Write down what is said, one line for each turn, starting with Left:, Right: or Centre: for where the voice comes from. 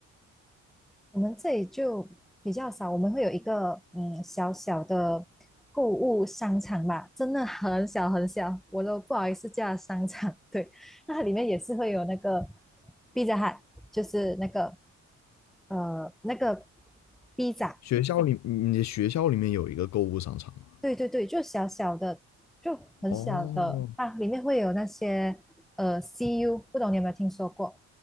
Centre: 我们这里就比较少，我们会有一个嗯小小的购物商场吧，真的很小很小，我都不好意思叫它商场。对，那它里面也是会有那个 Pizza Hut，就是那个呃那个 pizza，
Left: 学校里，你的学校里面有一个购物商场吗？
Centre: 对对对，就小小的，就很小的啊，
Left: 哦
Centre: 里面会有那些呃 CU，不懂你有没有听说过？